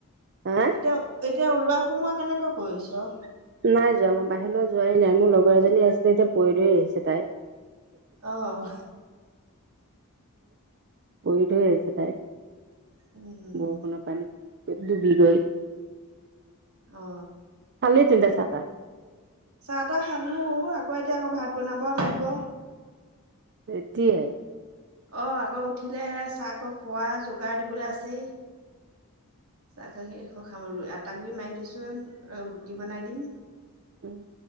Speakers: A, on the right; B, on the right.
A: হা
B: এতিয়া এতিয়া ওলোৱা সময় কেনেকৈ কৰিছ
A: নাই যোৱা মই বাহিৰলৈ যোৱাই নাই মোৰ লগৰ এজনী আছিলে এতিয়া পৰি ধৈ আহিছে তাই
B: আহ
A: পৰিটো হৈ গছে তাই
B: উম
A: বহোনো কান ডুবি গৈ
B: অ
A: চালি চিন্তা চাৰটাা
B: চাহ তাহ খালো আকৌ এতিয়া আকৌ ভাত বনাব লাগিব
A: তেতিয়াই
B: অ আকৌ উঠিলে চাহ আকৌ খোৱা যোগাৰ দিবলৈ আছেই আটা গুৰি মাৰি থৈছো ৰুকি বনাই দিম
A: উম